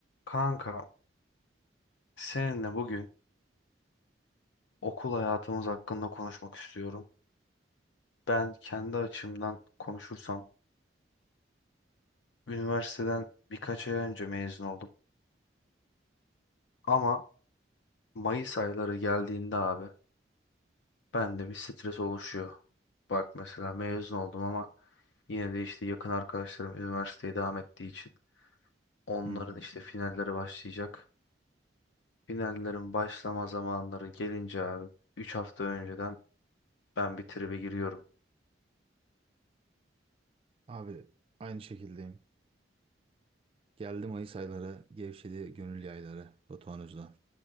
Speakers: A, on the left; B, on the right.
A: Kanka, seninle bugün okul hayatımız hakkında konuşmak istiyorum. Ben kendi açımdan konuşursam, üniversiteden birkaç ay önce mezun oldum. Ama Mayıs ayları geldiğinde abi, bende bir stres oluşuyor. Bak mesela mezun oldum ama yine de işte yakın arkadaşlarım üniversiteye devam ettiği için onların
B: Hı.
A: işte finalleri başlayacak. Finallerin başlama zamanları gelince abi, 3 hafta önceden ben bir tribe giriyorum.
B: Abi aynı şekildeyim. Geldi Mayıs ayları, gevşedi gönül yayları Batuhan Özden.